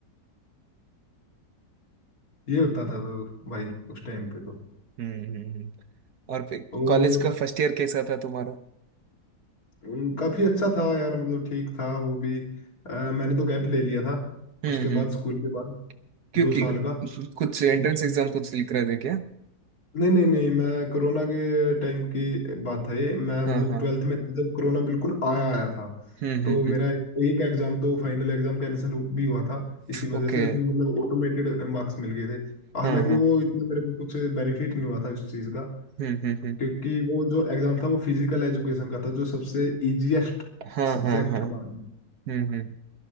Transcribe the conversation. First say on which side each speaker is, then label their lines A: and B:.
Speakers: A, on the left (about 50°); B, on the right (about 65°).
A: ये होता था तो भाई उस टाइम पे तो
B: हम्म हम्म और
A: और
B: कॉलेज का फर्स्ट ईयर कैसा था तुम्हारा
A: हम्म, काफी अच्छा था यार मतलब ठीक था वो भी अ, मैंने तो गैप ले लिया था
B: हम्म
A: उसके
B: हम्म
A: बाद स्कूल के बाद
B: क्योंकि
A: दो साल का
B: कुछ एंट्रेंस एग्जाम कुछ लिख रहे थे क्या
A: नहीं नहीं नहीं मैं कोरोना के टाइम की बात है ये मैं मतलब
B: हाँ हाँ
A: ट्वेल्थ में था जब कोरोना बिल्कुल आया आया था
B: हम्म हम्म
A: तो मेरा
B: हम्म
A: एक एग्जाम तो फाइनल एग्जाम कैंसिल भी हुआ था इसी वजह
B: ओके
A: से उसमें मतलब ऑटोमेटेड मार्क्स मिल गए थे हालांकि
B: हाँ हाँ
A: वो इतना मेरे को कुछ बेनिफिट नहीं हुआ था इस चीज़ का
B: हम्म हम्म हम्म
A: क्योंकि वो जो एग्जाम था वो फिजिकल एजुकेशन का था जो सबसे इजीएस्ट
B: हाँ
A: सब्जेक्ट
B: हाँ हाँ
A: हमारा
B: हम्म हम्म